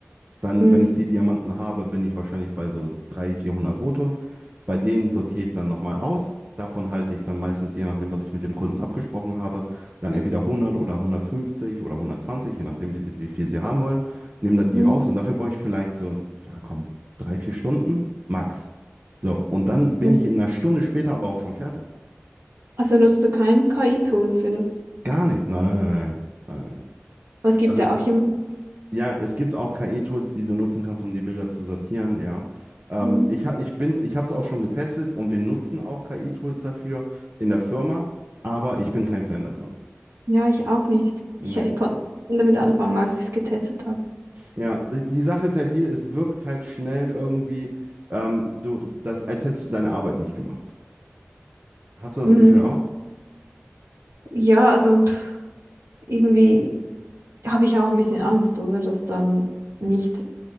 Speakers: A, on the right; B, on the right.
A: Dann,
B: Mhm.
A: wenn ich die Diamanten habe, bin ich wahrscheinlich bei so 300, 400 Fotos. Bei denen sortiere ich dann nochmal aus. Davon halte ich dann meistens, je nachdem, was ich mit dem Kunden abgesprochen habe, dann entweder 100 oder 150 oder 120, je nachdem, wie, sie, wie viel sie haben wollen. Nehme dann die
B: Mhm.
A: raus und dafür brauche ich vielleicht so, ja komm, drei, vier Stunden max. So, und dann bin
B: Mhm.
A: ich in einer Stunde später aber auch schon fertig.
B: Also nutzt du kein KI-Tool für das?
A: Gar nicht. Nein, nein, nein, nein. nein, nein.
B: Es gibt
A: Also
B: ja auch immer.
A: Ja, es gibt auch KI-Tools, die du nutzen kannst, um die Bilder zu sortieren, ja. Ähm,
B: Mhm.
A: ich ha, ich bin, ich habe es auch schon getestet und wir nutzen auch KI-Tools dafür in der Firma, aber ich bin kein Fan davon.
B: Ja, ich auch nicht. Ich,
A: Nee.
B: ich konnte nicht damit anfangen, als ich es getestet habe.
A: Ja, die, die Sache ist halt die, es wirkt halt schnell irgendwie, ähm, du, das, als hättest du deine Arbeit nicht gemacht. Hast du das
B: Mhm.
A: Gefühl auch?
B: Ja, also pff, irgendwie habe ich auch ein bisschen Angst, oder? Dass dann nicht